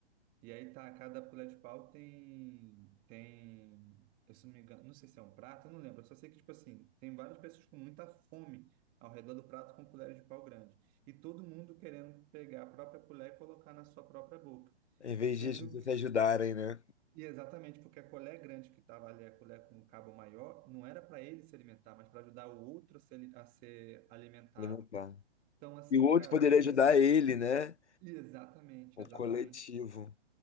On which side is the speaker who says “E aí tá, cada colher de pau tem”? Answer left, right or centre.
Right